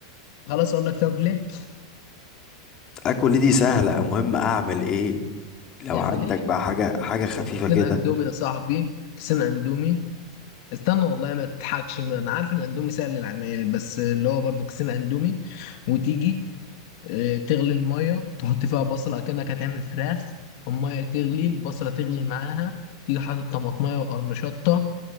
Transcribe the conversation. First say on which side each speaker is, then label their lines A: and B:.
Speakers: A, on the left (about 50°); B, on the left (about 25°).
A: خلاص اقول لك تاكل ايه
B: أكل دي سهلة المهم أعمل إيه لو
A: تعمل
B: عندك
A: ايه
B: بقى حاجة حاجة خفيفة
A: كيسين
B: كده
A: اندومي يا صاحبي كيسين اندومي استنى والله ما تضحكش ما انا عارف ان الاندومي سهل للعمايل بس اللي هو برضو كيسين اندومي وتيجي آه، تغلي الميه تحط فيها بصله كأنك هتعمل فراخ الميه تغلي البصله تغلي معاها تيجي حاطط طماطميه وقرن شطه